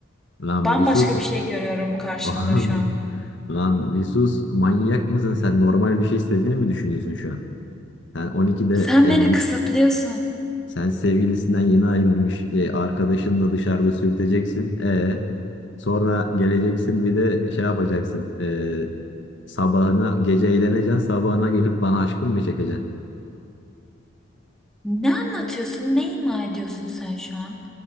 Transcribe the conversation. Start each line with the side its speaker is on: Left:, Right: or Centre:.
Left: Lan
Centre: Bambaşka
Left: bir sus.
Centre: bir şey görüyorum
Left: <laughs>
Centre: karşımda
Left: Oğlum
Centre: şu an.
Left: bir- Lan bir sus manyak mısın sen normal bir şey istediğini mi düşünüyorsun şu an? Sen 12'de
Centre: Sen
Left: e,
Centre: beni
Left: yeni-
Centre: kısıtlıyorsun.
Left: Sen sevgilisinden yeni ayrılmış e, arkadaşınla dışarıda sürteceksin. E, sonra geleceksin bir de şey yapacaksın. E, sabahına gece eğleneceksin. Sabahına gelip bana aşkım mı çekeceksin?
Centre: Ne anlatıyorsun? Ne ima ediyorsun sen şu an?